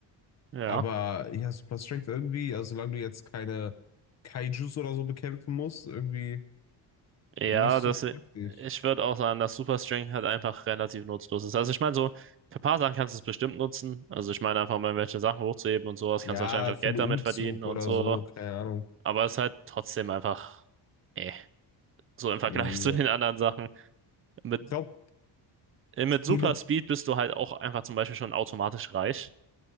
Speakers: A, on the right (about 30°); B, on the left (about 40°).
A: ja.
B: Aber ja, Super Strength irgendwie, also solange du jetzt keine Kaijus oder so bekämpfen musst, irgendwie
A: Ja,
B: nicht so
A: das,
B: praktisch.
A: ich würde auch sagen, dass Super Strength halt einfach relativ nutzlos ist. Also ich meine, so für ein paar Sachen kannst du es bestimmt nutzen. Also ich meine einfach mal, welche Sachen hochzuheben und sowas,
B: Ja,
A: kannst wahrscheinlich
B: für
A: auch Geld
B: einen Umzug
A: damit verdienen und
B: oder
A: so.
B: so, keine Ahnung.
A: Aber es ist halt trotzdem einfach, eh, so im Vergleich
B: Nee,
A: <laughs> zu
B: ja.
A: den anderen Sachen. Mit
B: Ich glaube,
A: äh, mit
B: Tele.
A: Super Speed bist du halt auch einfach zum Beispiel schon automatisch reich.